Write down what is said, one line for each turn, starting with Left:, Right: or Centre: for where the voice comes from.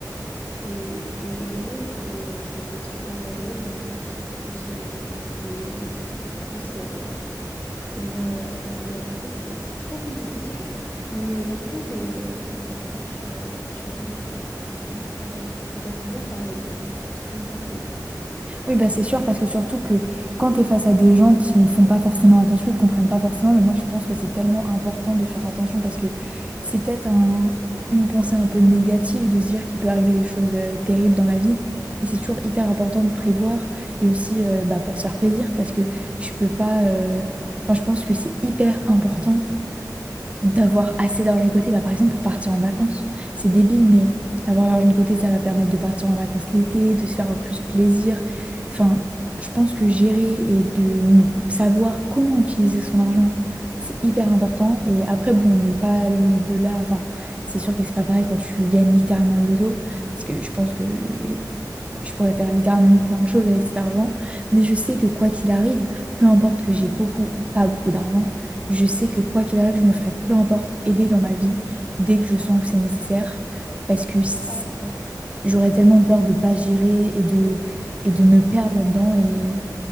Left: et, et, et ouais, et euh, ça peut être super dangereux. Il y en a qui sont plus euh, dépensiers, il y en a qui sont plus... euh, Il y en a, euh, ouais, en fait, c'est c'est trop compliqué ce sujet. Mais euh, j'ai l'impression que, ouais, on est vraiment sur, euh, sur le même truc là, on est vraiment pareil. Et ça fait du bien de parler avec des gens qui pensent comme nous des fois.
Right: Oui, bah c'est sûr, parce que surtout que quand tu es face à des gens qui font pas forcément attention, ils comprennent pas forcément, mais moi je pense que c'est tellement important de faire attention parce que c'est peut-être un- une pensée un peu négative de se dire qu'il peut arriver des choses euh, terribles dans la vie, mais c'est toujours hyper important de prévoir et aussi euh, bah, pour se faire plaisir parce que tu peux pas. euh, Enfin, je pense que c'est hyper important d'avoir assez d'argent de côté, bah, par exemple pour partir en vacances. C'est débile, mais avoir l'argent de côté, ça va permettre de partir en vacances l'été, de se faire plus plaisir. Enfin, je pense que gérer et de mm, savoir comment utiliser son argent, c'est hyper important. Et après, bon, on n'est pas l- de là. Enfin, c'est sûr que c'est pas pareil quand tu gagnes littéralement le loto, parce que je pense que
Left: Oui,
Right: je pourrais faire littéralement plein de choses avec cet argent, mais je sais que quoi qu'il arrive, peu importe que j'ai beaucoup ou pas beaucoup d'argent, je sais que quoi qu'il arrive, je me ferai peu importe aider dans ma vie dès que je sens que c'est nécessaire, parce que s-
Left: Ah, pareil.
Right: j'aurais tellement peur de pas gérer et de, et de me perdre là-dedans et,